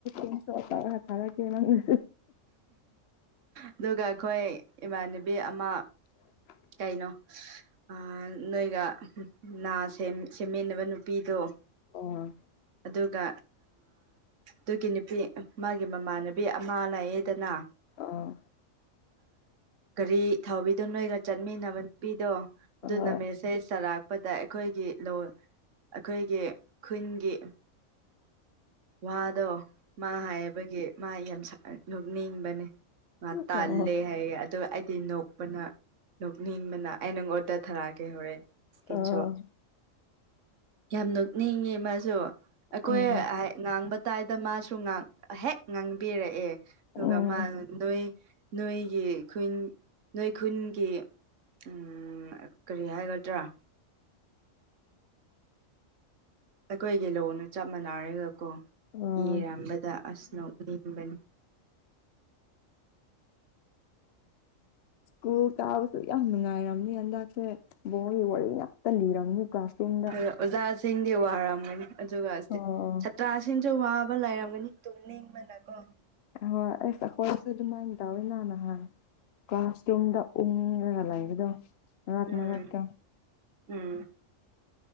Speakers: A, on the left (about 60°); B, on the right (about 70°).
A: ꯤꯟ ꯁꯣ ꯑꯊꯔ ꯀꯦꯁꯨ <unintelligible>
B: ꯑꯗꯨꯒ ꯑꯩꯈꯣꯏ ꯏꯃꯥꯟꯅꯕꯤ ꯑꯃ
A: <unintelligible>
B: ꯀꯩꯅꯣ ꯑꯥ ꯅꯣꯏꯒ ꯅꯥ ꯁꯦꯝꯃꯤꯟꯅꯕ ꯅꯨꯄꯤꯗꯣ
A: ꯑꯣ
B: ꯑꯗꯨꯒ ꯑꯗꯨꯒꯤ ꯅꯨꯄꯤ ꯃꯥꯒꯤ ꯃꯃꯥꯟꯅꯕꯤ ꯑꯃ ꯂꯌꯦꯗꯅ
A: ꯑꯥ
B: ꯒꯥꯔꯤ ꯊꯥꯎꯕꯤꯗꯣ ꯅꯣꯏꯒ ꯆꯠꯃꯤꯟꯅꯕ ꯅꯨꯄꯤꯗꯣ
A: ꯍꯣꯏ
B: ꯑꯗꯨꯅꯨ ꯃꯠꯁꯦ ꯆꯔꯥꯛ ꯄꯗ ꯑꯩꯈꯣꯏꯒꯤ ꯂꯣ ꯑꯩꯈꯣꯏꯒꯤ ꯈꯨꯟꯒꯤ ꯋꯥꯗꯣ ꯃꯥ ꯍꯥꯏꯕꯒꯤ ꯃꯥ ꯌꯥꯝ ꯅꯣꯛꯅꯤꯡꯕꯅꯦ ꯃꯥ ꯇꯥꯜꯂꯦ
A: ꯍꯣꯏ ꯎꯝ ꯑꯣ
B: ꯍꯥꯏꯒꯦ ꯑꯗꯨꯒ ꯑꯩꯗꯤ ꯅꯣꯛꯄꯅ ꯂꯣꯛꯅꯤꯡꯕꯅ ꯑꯩ ꯅꯪ ꯑꯣꯗꯔ <unintelligible> ꯊꯥꯔꯛꯑꯒꯦ ꯍꯣꯔꯦꯟ ꯏꯁꯀ꯭ꯔꯤꯟ
A: ꯑꯥ
B: ꯁꯣꯠ ꯌꯥꯝ ꯅꯣꯛꯅꯤꯡꯉꯦ ꯃꯥꯁꯨ ꯑꯩꯈꯣꯏ
A: ꯎꯝ
B: ꯉꯥꯡꯕ ꯇꯥꯏꯗ ꯃꯥꯁꯨ ꯍꯦꯛ ꯉꯥꯡꯕꯤꯔꯛꯑꯦ ꯑꯗꯨꯒ
A: ꯎꯝ
B: ꯃꯥꯅ ꯅꯣꯏ ꯅꯣꯏꯒꯤ ꯈꯨꯟ ꯅꯣꯏ ꯈꯨꯟꯒꯤ ꯎꯝ ꯀꯔꯤ ꯍꯥꯏꯒꯗ꯭ꯔꯥ ꯑꯩꯈꯣꯏꯒꯤ ꯂꯣꯟꯅ ꯆꯞ ꯃꯥꯟꯅꯔꯒꯀꯣ
A: ꯑꯥ
B: ꯏꯔꯝꯕꯗ ꯑꯁꯅ ꯅꯤꯡꯦꯝꯕꯅꯤ
A: ꯏꯁ꯭ꯀꯨꯜ ꯀꯥꯕꯁꯨ ꯌꯥꯝ ꯅꯨꯡꯉꯥꯏꯔꯝꯅꯤ ꯍꯟꯗꯛꯁꯦ ꯕꯣꯜꯒꯤ ꯋꯥꯔꯤ ꯉꯥꯛꯇ ꯂꯤꯔꯝꯅꯤ ꯀꯥꯂꯁ ꯔꯨꯝꯗ
B: ꯑꯗꯨꯒ ꯑꯣꯖꯥꯁꯤꯡꯗꯤ ꯋꯥꯔꯝꯒꯅꯤ ꯑꯗꯨꯒ
A: ꯑꯣ ꯍꯣꯏ
B: ꯁꯥꯇ꯭ꯔꯁꯤꯡꯁꯨ ꯋꯥꯕ ꯂꯩꯔꯝꯒꯅꯤ ꯇꯨꯝꯅꯤꯡꯕꯅꯥ ꯀꯣ
A: ꯑ ꯑꯦꯁ ꯑꯈꫭꯏꯁꯨ ꯑꯗꯨꯃꯥꯏ ꯇꯥꯎꯋꯤꯅ ꯅꯍꯥꯟ ꯀ꯭ꯂꯥꯁꯔꯨꯝꯗ ꯎꯪꯉꯒ ꯂꯩꯕꯗꯣ ꯃꯔꯛ
B: ꯎꯝ
A: ꯃꯔꯛꯇ
B: ꯎꯝ